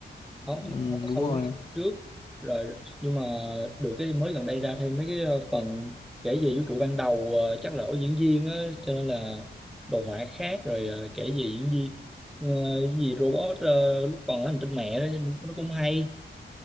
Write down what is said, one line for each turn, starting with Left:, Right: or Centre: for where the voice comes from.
Centre: không
Left: Ừm,
Centre: không có
Left: đúng
Centre: sâu
Left: rồi.
Centre: như mấy cái phần trước rồi nhưng mà được cái mới gần đây ra thêm mấy cái ờ, phần kể về vũ trụ ban đầu ờ, chắc là ở diễn viên á cho nên là đồ họa khác rồi ờ, kể về diễn viên ờ, cái gì robot ờ, lúc còn ở hành tinh mẹ đó nó, nó cũng hay